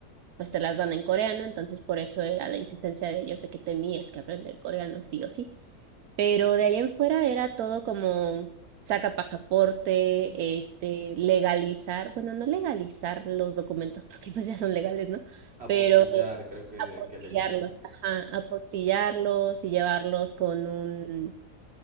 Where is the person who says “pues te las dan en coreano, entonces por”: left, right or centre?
Right